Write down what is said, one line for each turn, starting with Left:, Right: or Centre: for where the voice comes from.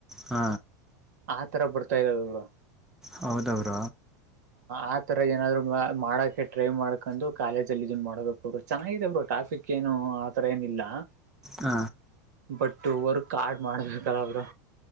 Centre: ಹ್ಮ
Right: ಆ ತರ ಬರ್ತಾ ಇದಾವ ಅವರು
Centre: ಹೌದವ್ರ
Right: ಆ ತರ ಏನಾದ್ರು ಮಾಡಕೆ ಟ್ರೈ ಮಾಡ್ಕೊಂಡು ಕಾಲೇಜ ಇದನ್ ಮಾಡ್ಬೇಕುರು ಚೆನ್ನಾಗಿದೆ ಅವರು ಟಾಫಿಕ್ ಏನು ಆ ತರ ಏನಿಲ್ಲ
Centre: ಹ
Right: ಬಟ್ ಹೊರ್ ಕಾರ್ಡ್ ಮಾಡಬೇಕತಲ್ಲ ಅವರು